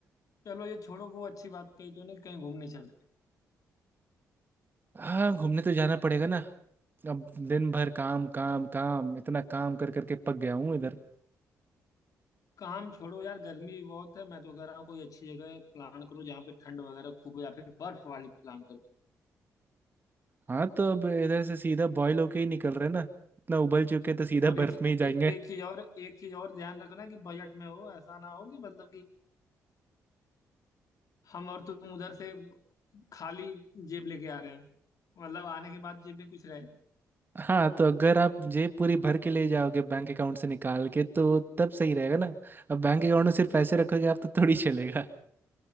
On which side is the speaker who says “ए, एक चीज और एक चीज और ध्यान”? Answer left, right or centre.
Left